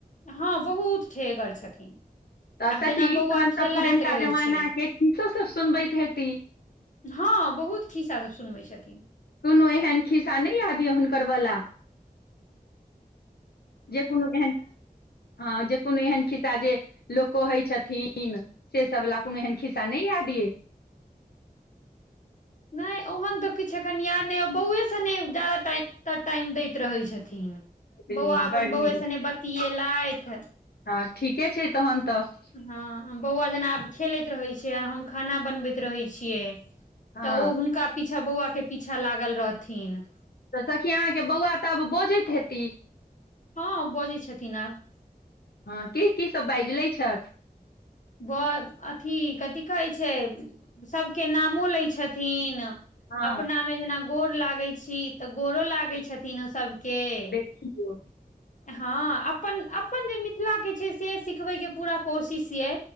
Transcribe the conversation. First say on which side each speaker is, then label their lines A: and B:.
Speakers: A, on the left; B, on the left.
A: हँ बहुत ठेहगर छथिन
B: तऽ
A: आब
B: सखी
A: जेना बौआ
B: तहन
A: खेलाइत
B: तऽ पुरनका
A: रहै
B: जमाना
A: छै
B: के कीसो सब सुनबैत हेती।
A: हँ बहुत खिस्सा सब सुनबै छथिन।
B: कोनो एहन खिस्सा नै याद यऽ हुनकर वला। जे कोनो एहन हँ जे कोनो एहन खिस्सा जे लोक कहै छथिन। से सब वला कोनो एहन खिस्सा नै यय द यै।
A: नै ओहन तऽ किछु एखन यएाद नै ओक्ष बौए सने जाादा टाइम दैत रहैत छथिन।
B: बड
A: बौआ
B: नीक
A: अपन
B: बड
A: बौए
B: नीक
A: सने बतएलैथ
B: हँ ठीके छै तहन तऽ।
A: हँ बौआ जेना आब खेलैत रहे छै आ हम खाना बनबैत रहे छियै।
B: हँ
A: तऽ ओ हुनका पीछा बौआ के पीछा लागल रहथिन।
B: तऽ सखी अहाँके बौआ तऽ आब बजैत हेती।
A: हँ बजै छथिन आब।
B: हँ की की सब बैज लै छथि।
A: ब अथी कथि कहै छै सभके नामो लै छथिन।
B: हँ
A: अपना मे जेना गोर लागैत छी तऽ गोरो लागै छथिन ओ सभ के
B: देखियौ
A: हँ अपन जे मिथिला के छै से सिखबय के पूरा कोशिश ये।